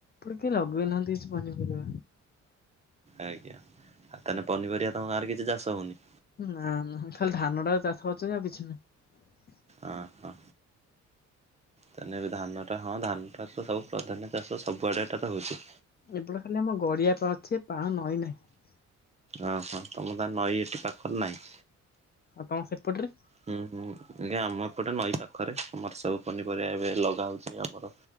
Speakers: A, on the left; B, on the right.
A: କେ ଲଗେଇନାହାନ୍ତି କିଛି ପନିପରିବା।
B: ଆଜ୍ଞା। ଆଉ ତାହେନେ ପନିପରିବା ତମ ଗାଁ କିଛି ଚାଷ ହଉନି।
A: ନା ନା ଖାଲି ଧାନ ଟା ଚାଷ ହେଉଛି ଆଉ କିଛି ନାହିଁ।
B: ଆ ହଁ। ତେନେ ଧାନଟା ହଁ ଧାନଟା ତ ସବୁ ପ୍ରଧନ୍ୟ ଚାଷ, ସବୁଆଡେ ଏଟା ତ ହଉଛି।
A: ଏପଟ ଖାଲି ଆମ ଗଡିଆ ପା ଅଛି ପାଣ ନଈ ନାହିଁ।
B: ଓଁ ହଁ ତମର ତାଏ ନଈ ଏଠି ପାଖରେ ନାହିଁ।
A: କଣ ସେପଟରେ
B: ହୁଁ, ହୁଁ, ଆଜ୍ଞା, ଆମ ଏପଟେ ନଈ ପାଖରେ ଆମର ସବୁ ପନିପରିବା ଏବେ ଲଗା ହଉଛି ଆମର।